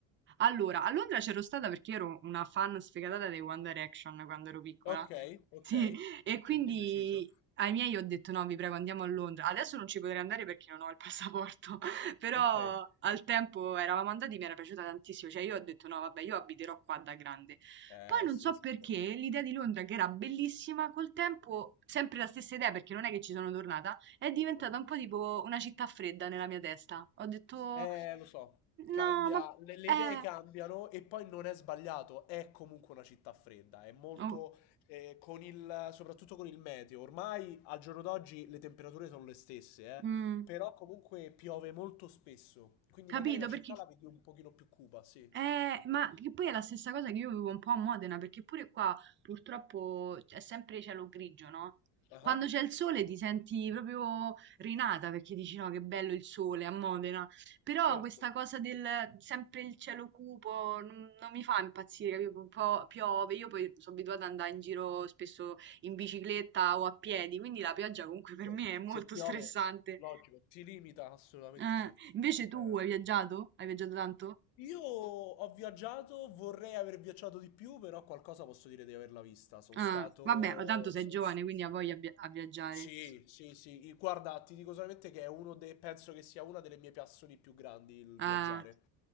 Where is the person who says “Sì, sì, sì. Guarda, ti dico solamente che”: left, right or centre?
Left